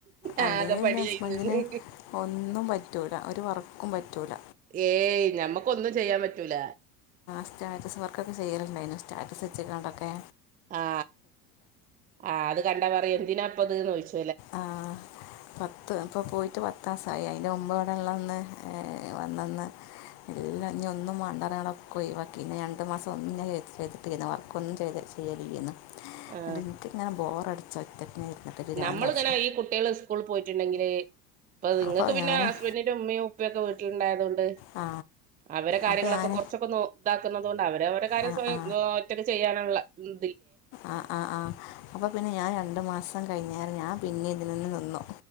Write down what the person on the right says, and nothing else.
ആകെ പണിയായി
നിന്ന്
ഏയ് ഞമ്മക്കൊന്നും ചെയ്യാൻ പറ്റൂല
ആ ആ അത് കണ്ടാ പറയും എന്തിനാപ്പത് ന്ന് ഒയിച്ചു
ആ
നമ്മളിങ്ങനെ
ഈ കുട്ടികൾ സ്കൂളിൽ പോയിട്ടുണ്ടെങ്കില് അപ്പൊ നിങ്ങക്ക്
പിന്നെ
ഹസ്ബൻഡിന്റെ ഉമ്മയും ഉപ്പൊക്കെ ണ്ടായതൊണ്ട്
അവടെ കാര്യങ്ങളൊക്കെ
കുറച്ചൊക്കെ ഇതാക്കുന്നതണ്ട് അവര് അവരുടെ കാര്യം
സ്വയം
ഒറ്റക്കക്ക് ചെയ്യാനുള്ള ഉ